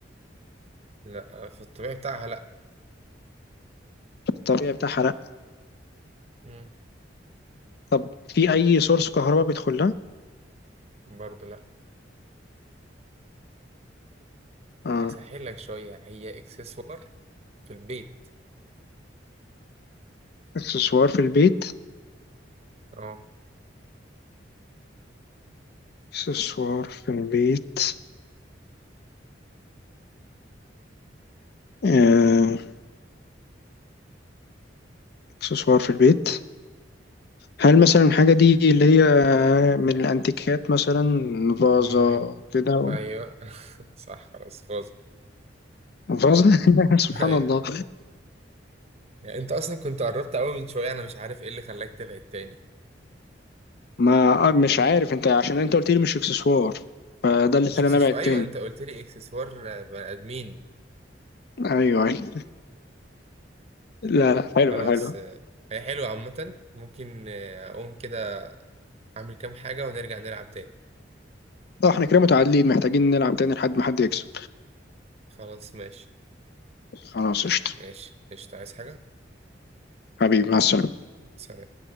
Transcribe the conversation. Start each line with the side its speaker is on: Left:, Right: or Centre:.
Right: لا في الطبيعي بتاعها لا
Left: الطبيعي بتاعها لا
Right: مم.
Left: طب في اي سورس كهرباء بيدخل لها
Right: برضه لا
Left: اه
Right: هسهل لك شوية هي اكسسوار في البيت
Left: اكسسوار في البيت
Right: اه
Left: اكسسوار في البيت آه، اكسسوار في البيت هل مثلا الحاجة دي اللي هي من الانتيكات مثلا فازة
Right: مم.
Left: كده
Right: ايوه <laughs> صح خلاص فوز
Left: فازة <laughs> سبحان
Right: ايوه
Left: الله
Right: يعني انت اصلا كنت قربت قوي من شوية انا مش عارف ايه اللي خلاك تبعد تاني
Left: ما آه، مش عارف انت عشان انت قلت لي مش اكسسوار فده اللي
Right: مش
Left: خلاني
Right: اكسسوار
Left: ابعد تاني
Right: ايوه انت قلت لي اكسسوار آه، بني ادمين
Left: ايوه ايوه لا لا حلو
Right: خلاص
Left: حلو
Right: آه، هي حلوة عامة ممكن آه، اقوم كده اعمل كام حاجة ونرجع نلعب تاني
Left: اه احنا كده متعادلين محتاجين نلعب تاني لحد ما حد يكسب
Right: خلاص ماشي
Left: خلاص قشطة
Right: ماشي قشطة عايز حاجة
Left: حبيبي مع السلامة
Right: سلام